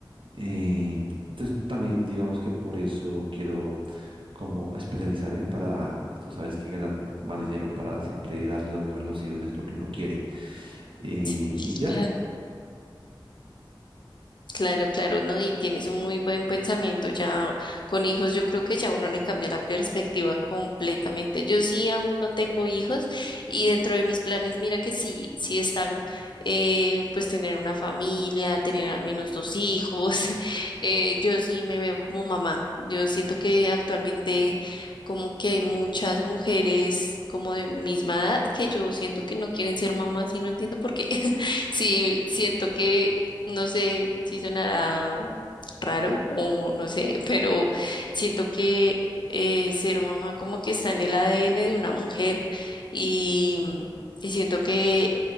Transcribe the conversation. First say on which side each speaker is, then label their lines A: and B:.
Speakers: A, on the right (about 75°); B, on the left (about 60°).
A: eh, entonces también digamos que por eso quiero como especializarme para, tú sabes que ganar más dinero para siempre darle lo mejor a los hijos es lo que uno quiere. eh,
B: Sí,
A: y ya.
B: claro Claro, claro, ¿no? Y tienes un muy buen pensamiento. Ya con hijos, yo creo que ya uno le cambia la perspectiva completamente. Yo sí aún no tengo hijos y dentro de mis planes, mira que sí, sí está, eh, pues tener una familia, tener al menos dos hijos. <laughs> Eh, yo sí me veo como mamá. Yo siento que actualmente como que hay muchas mujeres como de misma edad que yo siento que no quieren ser mamás y no entiendo por qué. <laughs> Sí, siento que no sé si sonará raro o no sé, <laughs> pero siento que eh, ser mamá como que está en el ADN de una mujer y, y siento que